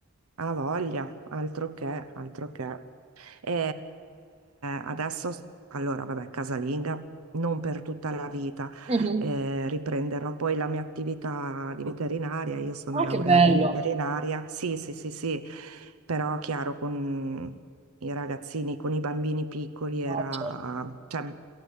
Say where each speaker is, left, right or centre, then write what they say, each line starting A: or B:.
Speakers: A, on the right; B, on the right.
A: ha voglia, altro che, altro che. E adesso, s- allora, vabbè, casalinga. Non per tutta la vita,
B: Mh-mh.
A: Eh, riprenderò poi la mia attività di veterinaria. Io sono
B: Ah,
A: laureata
B: che bello.
A: in veterinaria. Sì, sì, sì, sì, però chiaro, con i ragazzini, con i bambini piccoli era,
B: No, certo.
A: cioè,